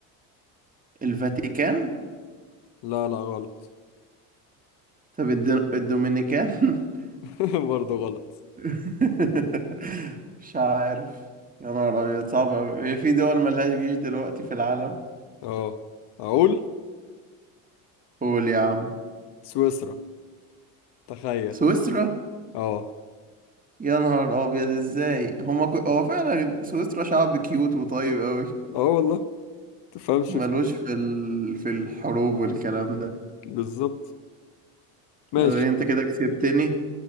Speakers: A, on the right (about 20°); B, on the left (about 60°).
A: الفاتيكان
B: لا لا غلط
A: طب الد- الدومينيكان <laughs>
B: <laughs> برضه غلط
A: <laughs> مش عارف يا نهار أبيض صعب أوي هي في دول ملهاش جيش دلوقتي في العالم
B: اه اقول
A: قول يا عم
B: سويسرا تخيل
A: سويسرا
B: اه
A: يا نهار أبيض إزاي هما كو... هو فعلا سويسرا شعب كيوت وطيب أوي
B: اه والله تفهمش
A: ملوش
B: في إيه
A: في ال... في الحروب والكلام ده
B: بالظبط ماشي
A: طب إيه، أنت كده كسبتني